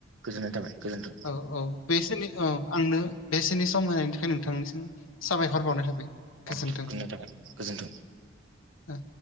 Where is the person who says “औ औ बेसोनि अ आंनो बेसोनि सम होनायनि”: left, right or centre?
Left